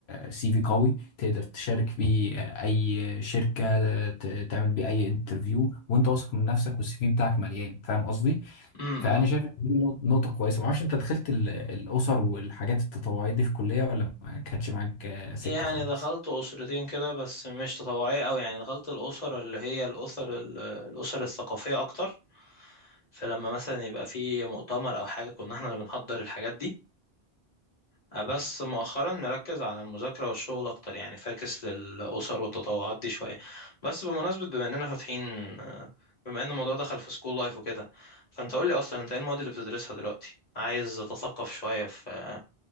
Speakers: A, on the left (about 80°); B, on the left (about 40°).
A: سي في قوي تقدر تشارك بيه آه، أي شركة آه، ت- تعمل بيه أي انترفيو وأنت واثق من نفسك والسي في بتاعك مليان فاهم قصدي؟
B: امم
A: فأنا شايف إن دي نو- نقطة كويسة معرفش أنت دخلت ال- الأسر والحاجات التطوعية دي في الكلية ولا ما كانتش معاك آه، سكة
B: يعني
A: خالص؟
B: دخلت أسرتين كده بس مش تطوعية أوي يعني دخلت الأسر اللي هي الأسر ال- الأسر الثقافية أكتر فلما مثلا يبقى في مؤتمر أو حاجة كنا احنا اللي بنحضر الحاجات دي أه، بس مؤخرا مركز على المذاكرة والشغل أكتر يعني فاكس للأسر والتطوعات دي شوية بس بمناسبة بما إننا فاتحين أه، بما إن الموضوع دخل في سكول لايف وكده فأنت قولي أصلا أنت إيه المواد اللي بتدرسها دلوقتي عايز أتثقف شوية في